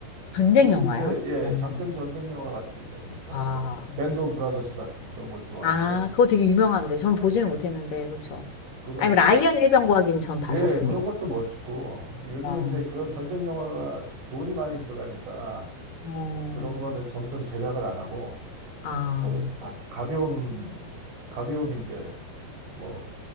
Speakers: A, on the left; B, on the right.
A: 전쟁
B: 요즘
A: 영화요?
B: 이제 예
A: 어.
B: 장편 전쟁 영화 같은 게 있지 않습니까?
A: 아.
B: 뭐 밴드 오브 브라더스 같은 그런 거 좋아하는데
A: 아, 그거 되게 유명한데. 전 보지는
B: 예
A: 못했는데, 그쵸?
B: 그거
A: 아니, 라이언 일병과학는전 봤었습니다.
B: 예 그런 것도 멋지고 근데 요즘은
A: 어,
B: 이제 그런 전쟁 영화가 돈이 많이 들어가니까
A: 어,
B: 그런 거는 점점 제작을 안 하고
A: 아,
B: 뭐 마치 가벼운 가벼운 이제 뭐